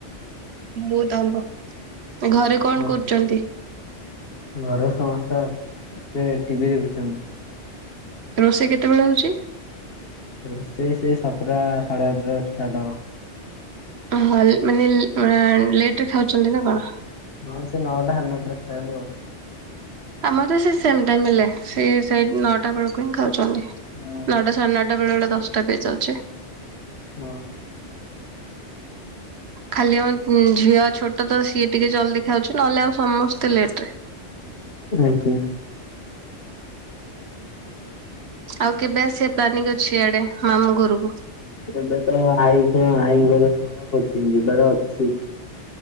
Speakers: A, on the right; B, on the left.
A: ବହୁତ୍ ଆମ୍ବ। ଘରେ କଣ
B: ହଁ
A: କରୁଚନ୍ତି?
B: ଘରେ ସମସ୍ତେ ଏବେ ଟିଭି ଦେଖୁଛନ୍ତି।
A: ରୋଷେଇ କେତେବେଳେ ହଉଚି?
B: ରୋଷେଇ ସେଇ ସାତଟା ସାଢେ ସାତଟା ରେ ଷ୍ଟାର୍ଟ ହବ।
A: <unintelligible> ମାନେ ଲେଟ୍ ରେ ଖାଉଛନ୍ତି ନା କଣ?
B: ହଁ ସେ ନଅଟା ସାଢ଼େ ନଅଟାରେ ଖାଇବୁ ଆଉ।
A: ଆମର ତ ସେ ସେମ ଟାଇମ ହେଲା ସେଇ ସେଇ ନଅଟା ବେଳକୁ ହିଁ ଖାଉଛନ୍ତି।
B: ହଁ
A: ନଅଟା ସାଢେ ନଅ ଟା ବେଳେ ବେଳେ ଦଶଟା ବି ଚାଲଛି।
B: ହୁଁ।
A: ଖାଲି ଆମ ଉଁ ଝିଅ ଛୋଟ ତ ସିଏ ଟିକେ ଜଲ୍ଦି ଖାଉଛି ନହେଲେ ଆଉ ସମସ୍ତେ ଲେଟ ରେ।
B: ଆଜ୍ଞା।
A: ଆଉ କେବେ ଆସିବା ପ୍ଲାନିଂ ଅଛି ଇଆଡେ, ମାମୁଁ ଘରକୁ।
B: ଏବେ ତ ଆଈ କଣ ଆଈ ଙ୍କର ଖରାପ ଅଛି ଯିବାର ଅଛି।